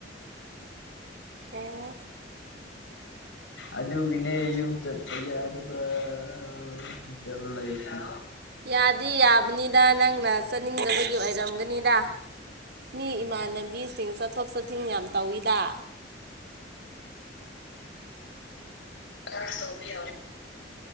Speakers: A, on the right; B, on the left.
A: ꯑꯣ
B: <inaudible> ꯑꯗꯨꯒꯤꯅꯦ ꯌꯨꯝ ꯆꯠꯄ ꯌꯥꯗꯕ ꯍꯣꯁꯇꯦꯜꯗ ꯂꯩꯁꯤ
A: ꯌꯥꯗꯤ ꯌꯥꯕꯅꯤꯗ ꯅꯪꯅ ꯆꯠꯅꯤꯡꯗꯕꯒꯤ ꯑꯣꯏꯔꯝ ꯒꯅꯤꯗ ꯃꯤ ꯏꯃꯥꯟꯅꯕꯤꯁꯤꯡ ꯆꯠꯊꯣꯛ ꯆꯠ ꯊꯤꯡ ꯌꯥꯝ ꯇꯧꯋꯤꯗ
B: ꯑꯩꯗꯤ